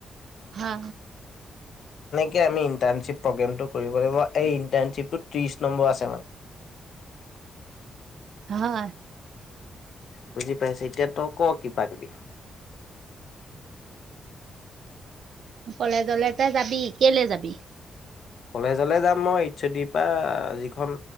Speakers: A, on the right; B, on the left.
A: হা
B: গ্ৰমটো কৰিব লাগিব এই ইটাৰশ্বিপটো ত্ৰিশ নম্বৰ আছে মানে
A: হয়
B: বুজি পাইছে এতিয়া ত ক কিবা কিবি
A: কলেজলে ত যাবি কেলে যাবি
B: কলেজলৈ যাম মই ইচ্ছ দি পৰা যিখন